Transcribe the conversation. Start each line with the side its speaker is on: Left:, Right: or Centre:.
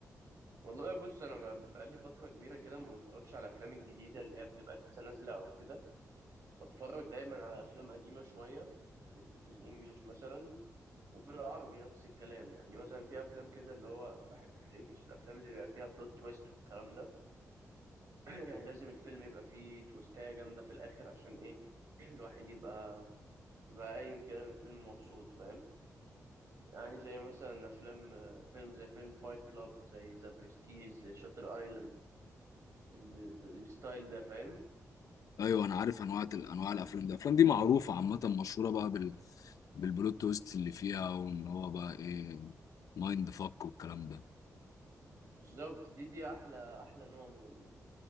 Right: والله بص انا بقى- بقالي فتره كبيره كده ما بتفرجش على الافلام الجديده اللي هي بتبقى لسه نازله او كده بتفرج دايما على افلام قديمه شويه في ال في الانجليش مثلا وفي العربي نفس الكلام يعني مثلا في افلام كده اللي هو بحب في الانجليش الافلام اللي بيبقى فيها بلوت تويست والكلام ده <clears throat> يعني لازم الفيلم يبقى فيه تويستاية جامدة في الاخر عشان ايه <clears throat> الواحد يبقى يبقى قايم كده من الفيلم مبسوط فاهم يعني زي مثلا افلام فيلم زي فيلم فايت كلاب زي ذا برستيج زي شاتر ايلاند ال- الستايل ده فاهم
Left: ايوه انا عارف انواع انواع الافلام دي الافلام دي معروفه عامه مشهوره بقى بال بالبلوت تويست اللي فيها وان هو بقى ايه مايند فك والكلام ده
Right: بالظبط دي دي احلى احلى نوع من